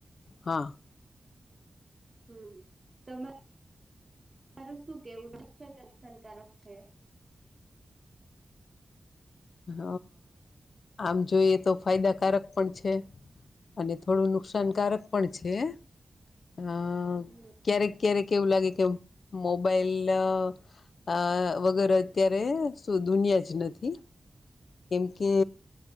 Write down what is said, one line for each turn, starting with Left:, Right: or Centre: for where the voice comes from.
Left: હા
Right: હમ તમારેરું શું કેવું. છે કનેશણકારક છે.
Left: હ આમ જોઈએ તો ફાયદાકારક પણ છે. અને થોડું નુકસાનકારક પણ છે. હ
Right: હમ
Left: ક્યારેક ક્યારેક એવું લાગે કે મો મોબાઈલ અ વગેરે અત્યારે શું દુનિયા જ નથી. કેમ કે